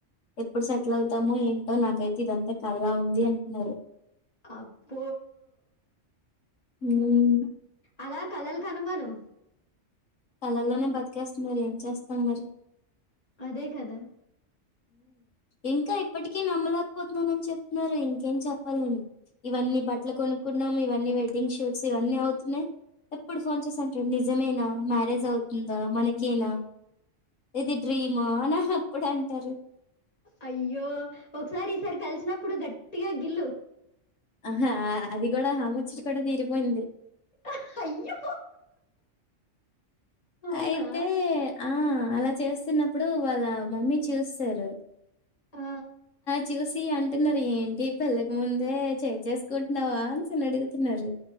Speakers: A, on the left; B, on the left.
A: ఎప్పుడు సెటిల్ అవుతామో ఏంటో నాకైతే ఇదంతా కలా ఉంది అంటున్నారు
B: అప్ప
A: ఉమ్,
B: అలా కలలు కనమాను
A: కళ్ళల్లోనే బతికేస్తాం మరి ఏం చేస్తాం మరి
B: అదే కదా
A: ఇంకా ఇప్పటికీ నమ్మలేకపోతున్నానని చెప్తున్నారు ఇంకేం చెప్పాలను ఇవన్నీ బట్టలు కొనుక్కున్నాం ఇవన్నీ వెడ్డింగ్ షూట్స్ ఇవన్నీ అవుతున్నాయి ఎప్పుడు ఫోన్ చేసి అంటాడు నిజమేనా మ్యారేజ్ అవుతుందా మనకేనా ఇది డ్రీమా నా అప్పుడు అంటారు
B: అయ్యో ఒకసారి ఈసారి కలిసినప్పుడు గట్ ట్టిగా గిల్లు
A: ఆహా అది కూడా ఆ ముచ్చట కూడా తీరిపోయింది
B: హా అయ్యో అవునా?
A: అయితే అ ఆ అలా చేస్తున్నప్పుడు వాళ్ళ మమ్మీ చూసేసారు
B: ఆ
A: చూసి అంటున్నారు ఏంటి పెళ్ళకి ముందే చే చేసుకుంటున్నావా అనేసి అని అడుగుతున్నారు